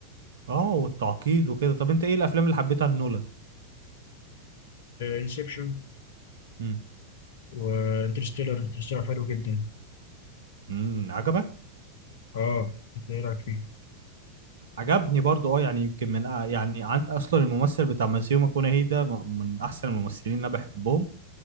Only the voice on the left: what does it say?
انسبشن
وانترستيلر انترستيلر حلو جدا
اه انت ايه رايك فيه